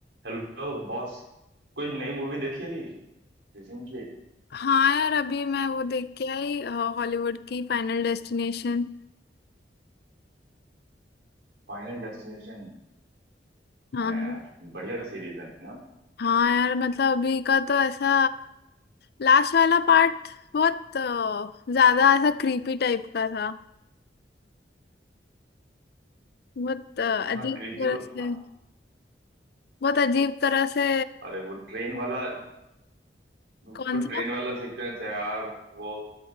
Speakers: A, on the right; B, on the left.
A: Hello boss कोई नई movie देखी अभी रिसेंटली
B: हाँ यार अभी मैं वो देख के आई अ, हॉलीवुड की फाइनल डेस्टिनेशन
A: Final destination
B: हाँ
A: हाँ यार बढ़िया सीरीज है ना
B: हाँ यार मतलब अभी का तो ऐसा लास्ट वाला पार्ट बहुत अ, ज्यादा ऐसा क्रीपी टाइप का था बहुत अ,
A: हाँ
B: अजीब
A: क्रीपी
B: तरह
A: तो
B: से
A: था
B: बहुत अजीब तरह से
A: अरे वो ट्रेन वाला वो
B: कौन
A: ट्रेन
B: सा
A: वाला सीक्वेंस है यार वो